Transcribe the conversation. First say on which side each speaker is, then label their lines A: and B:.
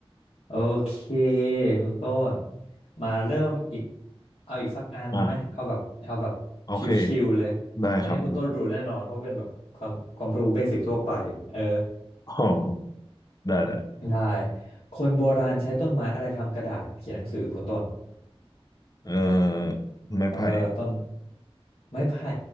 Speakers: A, on the left (about 80°); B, on the left (about 40°).
A: โอเคคุณต้นมาเริ่มอีกเอาอีกสักอันไหมเอาแบบเอาแบบ
B: อ่ะโอเค
A: ชิวๆเลย
B: ได้ครับ
A: อันนี้คุณต้นรู้แน่นอนเพราะเป็นแบบความความรู้เบสิกทั่วไปเออ
B: อ๋อได้ได้
A: <laughs> ได้คนโบราณใช้ต้นไม้อะไรทำกระดาษเขียนหนังสือคุณต้น
B: เอ่อไม้ไผ่
A: เออต้นไม้ไผ่